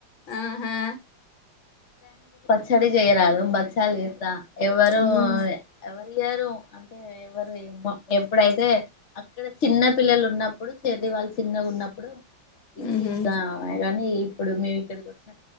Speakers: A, on the left (about 80°); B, on the left (about 35°).
A: ఆహా
B: స్టడీ చేయరాదు ఇన్స్టాల్ చేస్తా ఎవరు
A: ఉమ్
B: ఎవరి ఇయ్యరు అంటే ఎవరు ఏమో ఎప్పుడైతే అక్కడ చిన్న పిల్లలు ఉన్నప్పుడు చెర్రీ వాళ్ళు చిన్నగా ఉన్నప్పుడు ఇచ్చిద్దా
A: ఉహు
B: ఆమె కానీ ఇప్పుడు మే ఇక్కడికి వచ్చిన